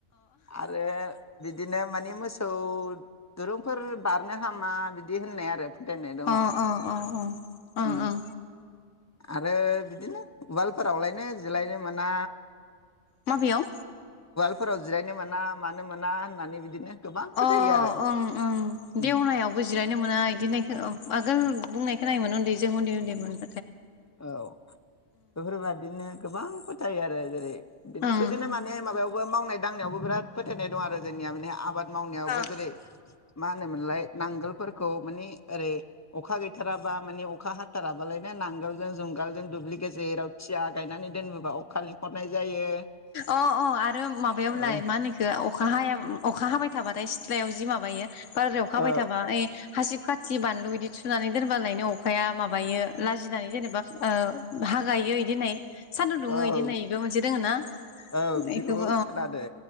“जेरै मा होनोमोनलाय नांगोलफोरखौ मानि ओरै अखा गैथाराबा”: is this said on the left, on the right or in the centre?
Left